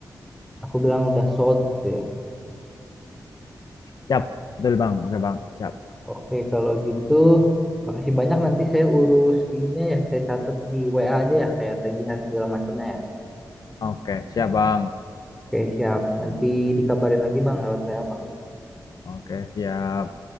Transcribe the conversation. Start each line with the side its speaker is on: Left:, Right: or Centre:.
Centre: aku bilang udah sold gitu ya.
Left: Siap, betul Bang. Oke Bang, siap.
Centre: Oke, kalau gitu, makasih banyak nanti saya urus ininya ya, saya catat di WA aja ya, kayak tagihan segala macamnya ya.
Left: Oke, siap Bang.
Centre: Oke, siap. Nanti dikabarin lagi Bang lewat WA Bang.
Left: Oke, siap.